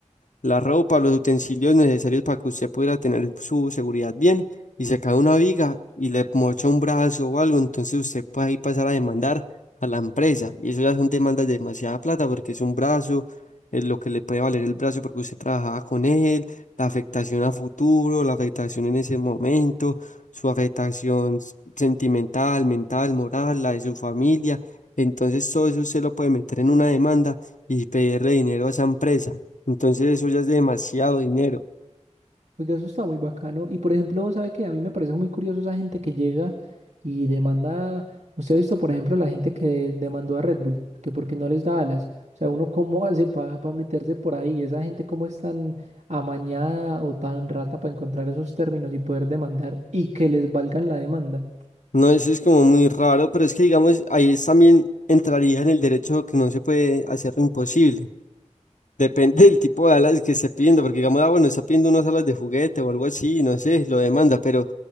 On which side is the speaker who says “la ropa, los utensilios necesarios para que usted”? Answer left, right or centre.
Left